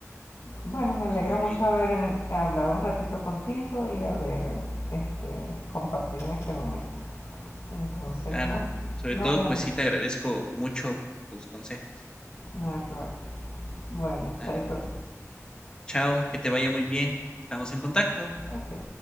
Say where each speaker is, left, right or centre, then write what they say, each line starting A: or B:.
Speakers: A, on the left (about 65°); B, on the left (about 15°).
A: Bueno, me alegra
B: Pues muy
A: mucho
B: bien.
A: haber hablado un ratito contigo y haber este, compartido en este momento. Entonces,
B: Claro,
A: no,
B: sobre
A: nos
B: todo,
A: vemos.
B: pues sí te agradezco mucho tus consejos.
A: Nada que bueno. Bueno,
B: Dale,
A: chaito.
B: pues. Chao, que te vaya muy bien. Estamos en contacto.
A: Okay.